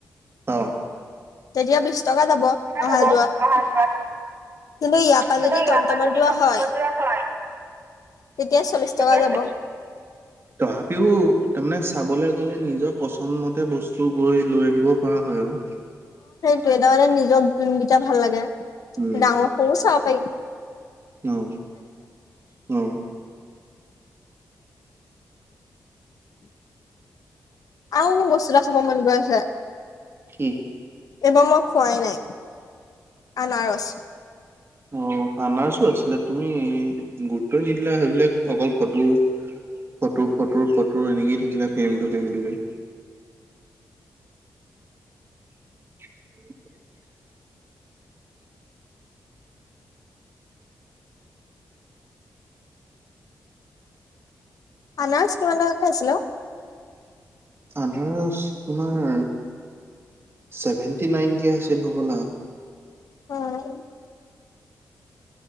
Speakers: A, on the right; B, on the left.
A: অ
B: তেতিয়া বিশ টকা যাব অহা
A: ল'ব
B: যোৱাত
A: অহা যোৱাত
B: কিন্তু ইয়াৰ পৰা
A: কিন্তু
B: যদি
A: ইয়াৰ
B: টমটমত
A: পৰা যদি
B: যোৱা
A: টমটমত
B: হয়
A: যোৱা হয়
B: তেতিয়া চল্লিশ
A: তেতিয়া
B: টকা যাব
A: তথাপিও তামানে চাবলৈ গলে নিজৰ পছন্দ মতে বস্তু গৈ লৈ আহিব পৰা হয় আৰু
B: ত এটাৰ মানে নিজক যোনকেইটা ভাল লাগে
A: উম
B: ডাঙৰ সৰুও চাব পাৰিম
A: অ' অ'।
B: আও বস্তু এটা খাব মন গৈ আছে।
A: কি?
B: এইবাৰ মই খোৱাই নাই, আনাৰচ
A: অ', আনাৰছো আছিলে তুমি গুৰুত্বয়ে নিদিলা সেইবিলাক অকল ফটো ফটো ফটো ফটো এনেকেই থাকিলা, ফেমটো ফেমটো লয়। <unintelligible>
B: আনাৰজ কিমান টকাকে আছিলো ঔ?
A: আনাৰস তোমাৰ ছেভেন্টি নাইনকে আছিল হ'বলা।
B: উ'।